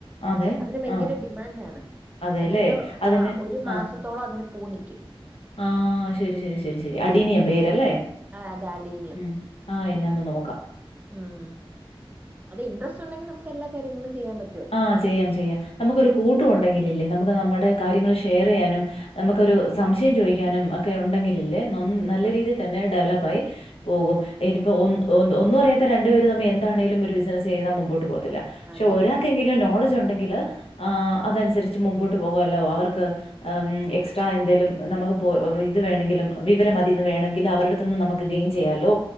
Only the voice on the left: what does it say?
അതെ
ആഹ്
അതെല്ലേ
അതിന്
ആഹ്
ആഹ് ശരി ശരി ശരി ശരി അടീനിയം പേരല്ലേ
ഉം. ആഹ് എന്ന ന്ന് നോക്ക.
ആഹ് ചെയ്യാം ചെയ്യാം നമുക്കരു കൂട്ടും ഉണ്ടെങ്കിലല്ലേ നമുക്ക് നമ്മടെ കാര്യങ്ങൾ ഷെയറെയ്യാനും. നമുക്കൊരു സംശയം ചോയിക്ക്യാനും ഒക്കെ ഉണ്ടെങ്കിലല്ലേ നന്ന് നല്ല
രീതിയിൽ തന്നെ ഡെവലപ്പായി. പോകും ഇതിനിപ്പോ ഒ ഒ ഒന്നുഅറിയാത്ത രണ്ടുപേര് തമ്മി എന്താണേലും ഒരു ബിസിനസ് ചെയ്താ മുമ്പോട്ട് പോക ത്ത്ല ശെ
ഒരാക്കെങ്കിലും നോളജ് ഉണ്ടെങ്കില്. ആഹ് അതൻസരിച്ച് മുമ്പോട്ട് പോകുവല്ലോ അവർക്ക്. എം എക്സ്ട്രാ എന്തെലും നമക്ക് പോ ഇത് വേണങ്കിലും വിവരം അതിന്ന് വേണെങ്കിൽ അവരട്ത്ത്ന്ന് നമ ക്ക്കയും ചെയ്യാല്ലോ